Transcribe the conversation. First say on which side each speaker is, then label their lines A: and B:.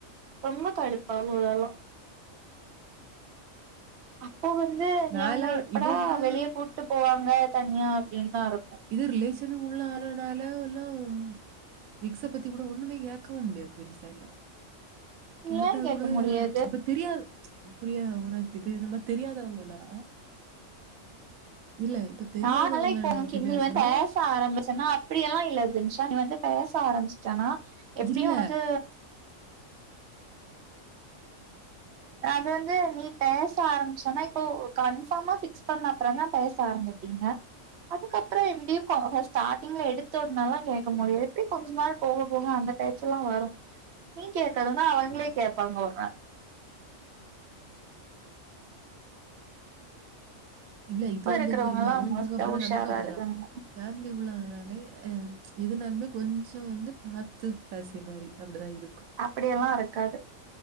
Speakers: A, on the right (about 60°); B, on the right (about 85°).
A: ரொம்ப கடுப்பாகு அதெல்லா அப்போ வந்து
B: நான்லாம்
A: இவுங்க எப்படா
B: இது வந்து
A: வெளிய கூட்டு போவாங்க தனியா அப்டின்னு தா இருக்கு
B: இது ரிலேஷன் உள்ள ஆளனால ஒல்லம் எக்ஸ பத்தி கூட ஒண்ணுமே கேகவும் முடியாது பெரு சைடுல கேட்டா
A: ஏ கேட்க
B: கூட
A: முடியாது
B: இப்ப தெரியாது புரியா <unintelligible> தெரியாதவங்களா இல்ல இப்ப தெரியாதவங்கன்னு
A: நானெல்லா <unintelligible>
B: சொல்லியாச்சுன்னா,
A: நீ வந்து பேச ஆரம்பி ச்ன்னா அப்டி எல்லா இல்ல ஜினிஷா நீ வந்து பேச ஆரம்பிச்சட்டன்னா எப்டியு
B: இல்ல,
A: உனக்கு அது வந்து நீ பேச ஆரம்பிச்சன்னா இப்போ கன்பார்மா பிக்ஸ் பண்ண அப்ரோ தா பேச ஆரம்பி ஏங்க அதுக்கப்ரோ எப்டியு ஸ்டார்ட்டிங்ல எடுத்தோவுனலல்லா கேக்க முடியு எப்டி கொஞ்ச நாள் போக போக அந்த பேச்செல்லா வரு நீ கேக்கது தா அவங்களே கேப்பாங்க ஒரு நாள்
B: இல்ல இது
A: இப்ப
B: வந்து
A: இருக்கிறவங்கல்லா
B: என்ன தெரியுமா அவங்களுக்கு
A: மோஸ்ட்டா
B: அப்டிதா
A: உஷாரா
B: நமக்கு அப்டிதா
A: இருக்காங்க
B: ஃபேமிலி உள்ள ஆனாலே எதுனாலுமே கொஞ்சோ வந்து பாத்து பேசிய மாரி அப்டிதா இருக்கு
A: அப்படியெல்லா இருக்காது